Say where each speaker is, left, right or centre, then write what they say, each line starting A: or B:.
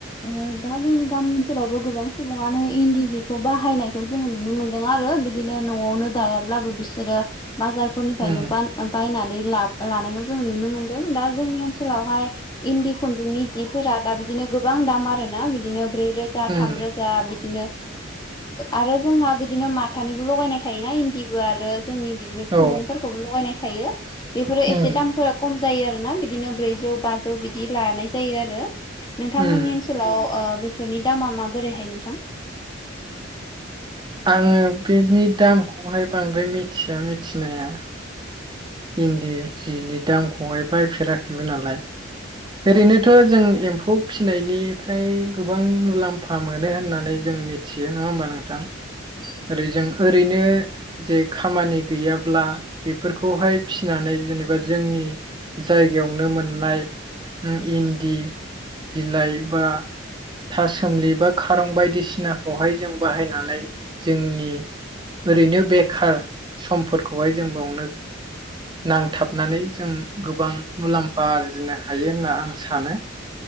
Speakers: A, on the left; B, on the right.
A: ओ दा जोंनि गामि ओनसोलावबो गोबां सुबुङानो इन्दि जिखौ बाहायनायखौ जोङो नुनो मोनदों आरो बिदिनो न'आवनो दायाब्लाबो बिसोरो बाजारफोरनिफ्रायनो
B: उम
A: ब बायनानै ला लानायखौ जों नुनो मोनदों दा जोंनि ओनसोलावहाय इन्दि खुन्दुंनि जिफोरा दा बिदिनो गोबां दाम आरोना बिदिनो ब्रैरोजा
B: उम
A: थामरोजा जा बिदिनो आरो ओ जोंहा बिदिनो माथानिबो लगायनाय थायोना इन्दिबो आरो जोंनि बिदिनो खुन्दुंफोरखौबो
B: औ
A: लगायनाय थायो बेफोरो एसे
B: उम
A: दामफोरा खम जायो आरोना बिदिनो ब्रैजौ बाजौ बिदि लानाय जायो आरो नोंथांमोननि
B: उम
A: हेलाव ओ बेफोरनि दामा माबोरैहाय नोंथां
B: आङो बेनि दामखौहाय बांद्राय मिथिया मिथिनाया
A: <inaudible>
B: इन्दि सिनि दामखौहाय बायफेराखैबो नालाय ओरैनोथ' जों एम्फौ फिसिनायनिफ्राय गोबां मुलाम्फा मोनो होननानै जों मिथि थियो नङा होमबा नोंथां ओरै जों ओरैनो जे खामानि गैयाब्ला बेफोरखौहाय फिनानै जेनेबा जोंनि जायगायावनो मोननाय इन्दि बिलाइ बा थासोमलि बा खारं बायदिसिनाखौहाय जों बाहायनानै जोंनि ओरैनो बेखार समफोरखौहाय जों बावनो नांथाबनानै जों गोबां मुलाम्फा आरजिनो हायो होनना आं सानो